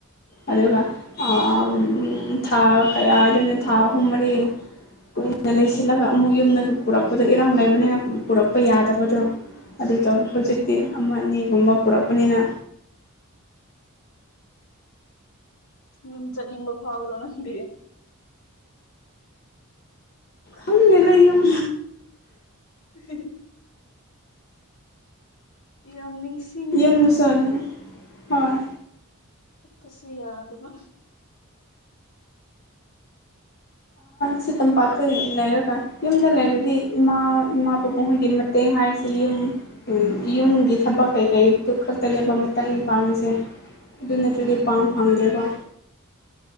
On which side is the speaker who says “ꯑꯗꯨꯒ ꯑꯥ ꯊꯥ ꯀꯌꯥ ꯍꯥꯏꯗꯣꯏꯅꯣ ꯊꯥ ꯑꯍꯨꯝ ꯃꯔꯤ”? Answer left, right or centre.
Left